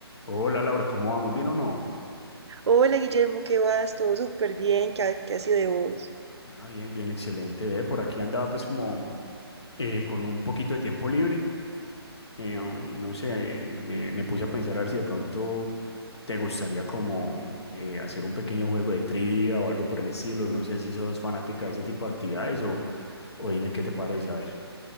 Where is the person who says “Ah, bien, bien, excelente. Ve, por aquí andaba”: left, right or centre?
Left